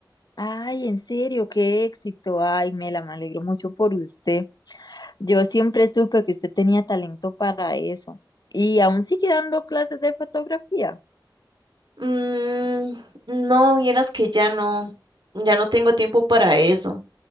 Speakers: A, on the left; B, on the right.
A: Ay, en serio, qué éxito. Ay, Mela, me alegro mucho por usted. Yo siempre supe que usted tenía talento para eso. Y aún sigue dando clases de fotografía.
B: Mm, no, vieras que ya no, ya no tengo tiempo para eso.